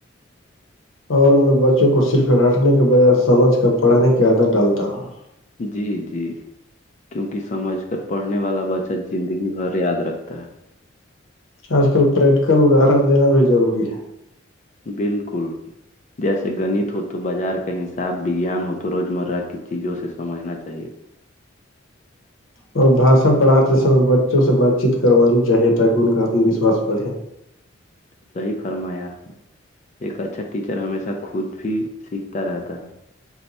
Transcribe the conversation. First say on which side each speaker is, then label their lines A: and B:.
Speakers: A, on the left (about 90°); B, on the left (about 35°).
A: اور میں بچوں کو صرف رٹنے کے بجائے سمجھ کر پڑھنے کی عادت ڈالتا ہوں
B: جی جی کیونکہ سمجھ کر پڑھنے والا بچہ زندگی بھر یاد رکھتا ہے
A: آج کل پریکٹیکل ادرن دینا بھی ضروری ہے
B: بالکل جیسے گنت ہو تو بازار کا حساب وگیان ہو تو روز مرہ کی چیزوں سے سمجھنا چاہیے
A: اور بھاشا پڑاتے سمے بچوں سے بات چیت کروانی چاہیے تاکہ ان کا آتم وشواس بڑھے
B: صحی فرمایا ایک اچھا ٹیچر ہمیشہ خود بھی سیکھتا رہتا ہے